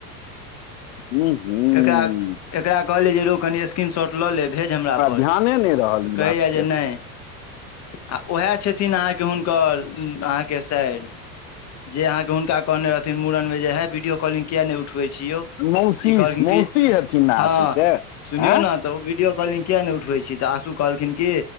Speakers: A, on the left; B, on the left.
A: हूँ हूँ
B: एकरा एकरा कहलै जे रो कनि स्क्रीन शॉट लऽ ले भेज दे हमरा पर
A: ध्याने
B: तऽ
A: नहि रहल ई
B: कहै
A: बात
B: यऽ
A: के
B: जे नैय आ ओहै छथिन अहाँकेँ हुनकर अहाँकेँ साइर जे अहाँकेँ हुनका कहने रहथिन मूड़नमे जे हइ वीडियो कॉलिंग किया नइ उठबै छी यौ
A: मौसी
B: ई कहलखिन
A: मौसी
B: की
A: हेथिन ने आशू
B: हँ
A: के
B: सुनियौ
A: आँय
B: नऽ तऽ ओ वीडियो कॉलिंग किया नय उठबै छी तऽ आसू कहलखिन की